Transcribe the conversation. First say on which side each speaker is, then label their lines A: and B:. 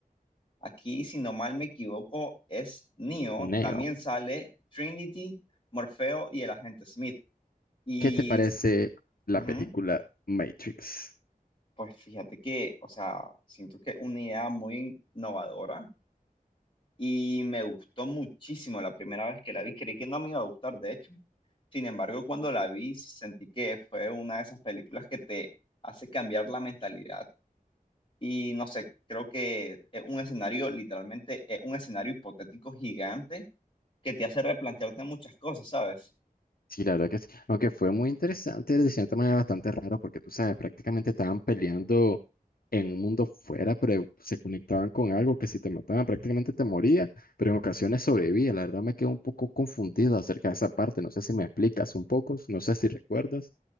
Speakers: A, on the left (about 35°); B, on the left (about 75°).
A: Aquí, si no mal me equivoco, es Neo.
B: Neo.
A: También sale Trinity, Morfeo y el agente Smith. Y
B: ¿Qué te parece la
A: ujú,
B: película Matrix?
A: pues fíjate que, o sea, siento que una idea muy innovadora y me gustó muchísimo la primera vez que la vi. Creí que no me iba a gustar, de hecho. Sin embargo, cuando la vi, sentí que fue una de esas películas que te hace cambiar la mentalidad. Y no sé, creo que es un escenario, literalmente, es un escenario hipotético gigante que te hace replantearte muchas cosas, ¿sabes?
B: Sí, la verdad que sí. Aunque fue muy interesante, de cierta manera bastante raro, porque tú sabes, prácticamente estaban peleando en un mundo fuera, pero se conectaban con algo que si te mataban prácticamente te moría, pero en ocasiones sobrevivía. La verdad me quedé un poco confundido acerca de esa parte. No sé si me explicas un poco, no sé si recuerdas.